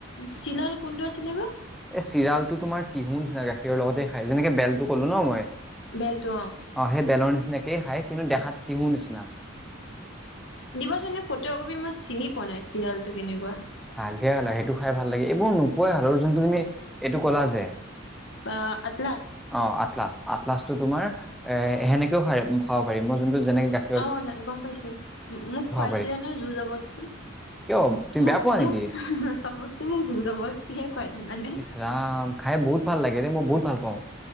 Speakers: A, on the left (about 60°); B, in the centre.
A: চিলাৰ কোনটো আছিলে বা
B: এ, চিৰালটো তোমাৰ টহুৰ নিচিনা গাখীৰৰ লগতে খাই যেনেকে বেলটো ক'লো ন মই
A: বেলতটো অ'।
B: অ, সেই বেলৰ নিচিনাকেই খাই কিন্তু দেখাত তিহৰ নিচিনা
A: দিবচোন ফটো কপি মই চিনি পোৱা নাই চিৰিয়টো কেনেকুৱা
B: হালধিয়া হাল আৰু সেইটো খাই ভাল লাগে। এইবোৰ নোপোৱাই হালো আৰু যোনটো তুমি এইটো কলা যে
A: অ, আটলছ
B: অ, আটলাচ, আটলাচ টো তোমাৰ এ সেনেকেও খ-খাব পাৰিম মই যোনটো যেনেকে গাখীৰ
A: অ, গম পাইছো মোক খুৱাইছিলে
B: পাৰি।
A: ন যুজৰ বস্তি
B: কিয় তুমি
A: মোক
B: বেয়া পোৱা নেকি?
A: মোৰচব বস্তি মোক ধুজ বস্তিহে খুৱাই থানানে।
B: ই্ৰাম খাই বহুত ভাল লাগে দে মই বহুত ভাল পাওঁ।